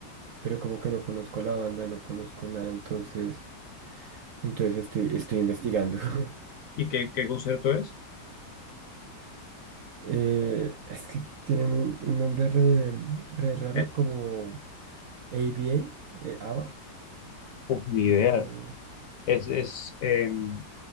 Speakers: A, on the right; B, on the left.
A: pero como que no conozco a la banda, no conozco nada, entonces, entonces estoy, estoy investigando. <laughs>
B: ¿Y qué, qué concierto es?
A: Eh, es que tienen un, un nombre re, re raro
B: Eh,
A: como ABA, eh, ABBA,
B: Pues ni idea.
A: es como...
B: Es, es, em,